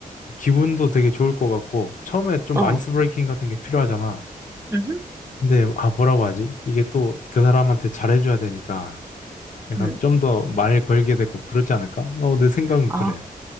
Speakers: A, on the left (about 60°); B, on the right (about 20°).
A: 기분도 되게 좋을 것 같고 처음에 좀
B: 어.
A: 아이스 브레이킹 같은 게 필요하잖아.
B: 음,
A: 근데 아 뭐라고 하지? 이게 또 그 사람한테 잘해줘야 되니까 약간
B: 음,
A: 좀 더 말을 걸게 되고 그러지 않을까? 어, 내 생각은
B: 어,
A: 그래.